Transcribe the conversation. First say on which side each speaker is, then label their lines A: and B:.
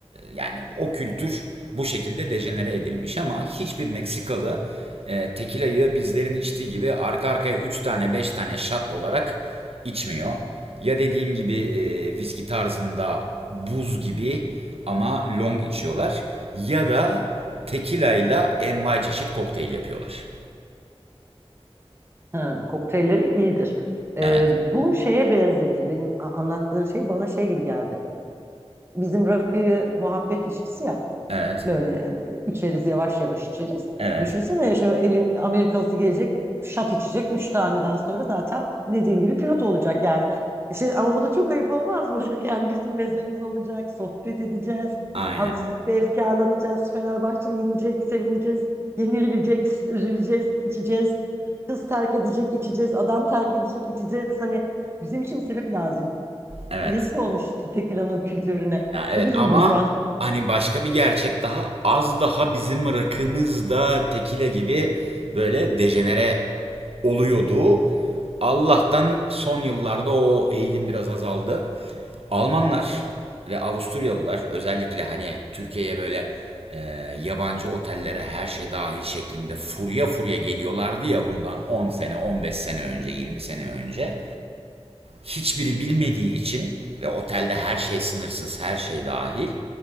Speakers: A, on the right (about 65°); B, on the right (about 25°).
A: yani o kültür bu şekilde dejenere edilmiş ama hiçbir Meksikalı e, tekila'yı bizlerin içtiği gibi arka arkaya 3 tane 5 tane shot olarak içmiyor. Ya dediğim gibi e, viski tarzında buz gibi ama long içiyorlar ya da tekila ile envai çeşit kokteyl yapıyorlar.
B: Ha, kokteylleri iyidir. Ee,
A: Evet.
B: bu şeye benzedi. Benim a- anlattığın şey bana şey gibi geldi. Bizim rakıyı muhabbet içkisi ya
A: Evet.
B: böyle e, içeriz yavaş yavaş içeriz.
A: Evet.
B: Düşünsene ya şu elin Amerikalısı gelecek şat içecek. Üç taneden sonra zaten dediğin gibi pilot olacak yani. Şey, ama bu da çok ayıp olmaz mı? <laughs> Yani bizim mezemiz olacak, sohbet edeceğiz.
A: Aynen.
B: Azıcık bir efkarlanacağız. Fenerbahçe yenecek, sevineceğiz. Yenilecek, üzüleceğiz, içeceğiz. Kız terk edecek, içeceğiz. Adam terk edecek, içeceğiz. Hani bizim için bir sebep lazım.
A: Evet.
B: Yazık olmuş tekilanın kültürüne.
A: Ya evet
B: Çok üzüldüm
A: ama
B: şu an.
A: hani başka bir gerçek daha az daha bizim rakımızda tekile gibi böyle dejenere oluyordu. Allah'tan son yıllarda o eğilim biraz azaldı. Almanlar ve Avusturyalılar özellikle hani Türkiye'ye böyle e, yabancı otellere her şey dahil şeklinde furya furya geliyorlardı ya bundan 10 sene, 15 sene önce, 20 sene önce hiçbiri bilmediği için ve otelde her şey sınırsız, her şey dahil